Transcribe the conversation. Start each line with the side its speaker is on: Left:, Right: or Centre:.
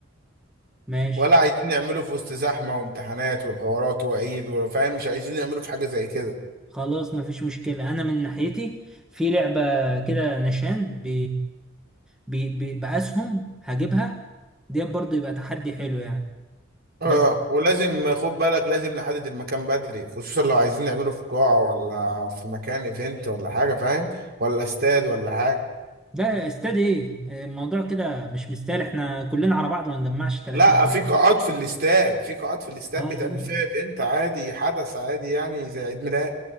Centre: ماشي
Right: ولا عايزين نعمله في وسط زحمة وامتحانات والحوارات وعيد وفاهم مش عايزين نعمله في حاجة زي كده
Centre: خلاص مفيش مشكلة أنا من ناحيتي في لعبة كده نشان ب... ب... ب... بأسهم هجيبها ديت برضه يبقى تحدي حلو يعني
Right: اه
Centre: بس
Right: ولازم خد بالك لازم نحدد المكان بدري خصوصا لو عايزين نعمله في قاعة ولا في مكان ايفنت ولا حاجة فاهم ولا استاد ولا حاجة
Centre: ده استاد ايه آه، الموضوع كده مش مستاهل احنا كلنا على بعض ما نجمعش 30
Right: لا
Centre: جنيه.
Right: في قاعات في الاستاد في قاعات في الاستاد
Centre: اه
Right: بيتعمل فيها ايفنت عادي حدث عادي يعني زي عيد ميلاد